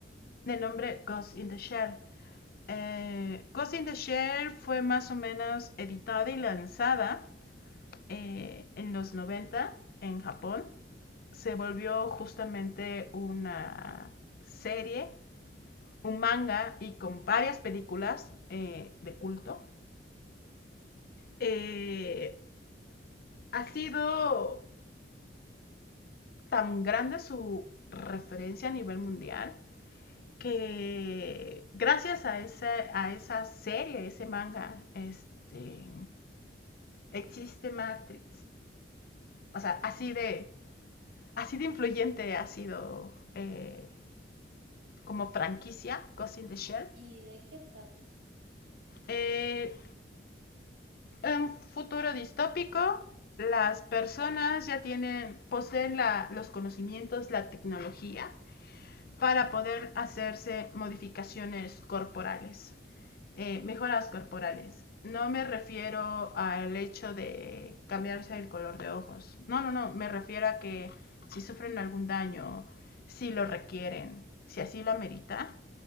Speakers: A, on the left; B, on the right.
A: de nombre Ghost in the Shell. Eh, Ghost in the Shell fue más o menos editada y lanzada eh, en los 90 en Japón se volvió justamente una serie, un manga y con varias películas eh, de culto. Eh, ha sido tan grande su referencia a nivel mundial que gracias a, esa a esa serie, ese manga, este, existe Matrix. O sea, así de, así de influyente ha sido eh, como franquicia Ghost in the Shell.
B: ¿Y de qué trata?
A: Eh, En futuro distópico, las personas ya tienen, poseen la, los conocimientos, la tecnología para poder hacerse modificaciones corporales, eh, mejoras corporales. No me refiero al hecho de cambiarse el color de ojos. No, no, no. Me refiero a que si sufren algún daño, si lo requieren, si así lo amerita,